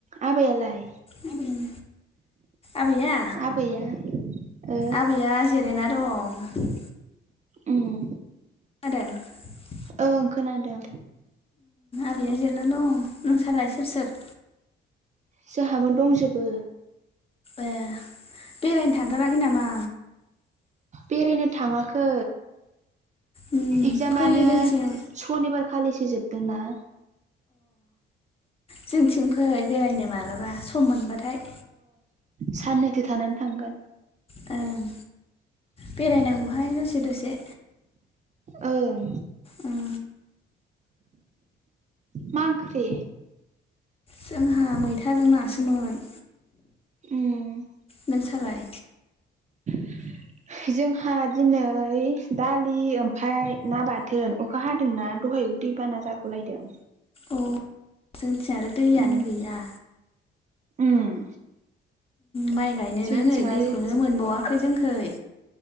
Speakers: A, on the right; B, on the left.
A: आबैआलाय।
B: उम आबैया
A: आबैया ओ
B: आबैया जिरायना दं।
A: उम
B: <unintelligible>
A: ओं खोनादों।
B: आबैया जिरना दङ नोंसालाय सोर सोर?
A: जोंहाबो दंजोबो।
B: ए बेरायनो थांथाराखै नामा?
A: बेरायनो थाङाखै।
B: उम
A: इगजामानो
B: फै जोंथिं
A: सनिबार खालिसो जोबगोनना।
B: जोंथिं फै बेरायनो मालाबा सम मोनबाथाय।
A: साननैथो थानानै थांगोन।
B: ओं बेरायनांगौहाय दसे दसे।
A: ओं
B: उम
A: मा ओंख्रि?
B: जोंहा मैथाजों नासोमोन।
A: उम
B: नोंसालाय।
A: <unintelligible> जोंहा दिनै दालि ओमफाय ना बाथोन अखा हादोंना दहायब। दैबाना जागुलायदों।
B: अ जोंथिं आरो दैयानो
A: उम
B: गैया।
A: उम।
B: माइ गायनोनो
A: जोंथिं
B: नै दैखौनो
A: आरो
B: मोनबावाखै जोंखै?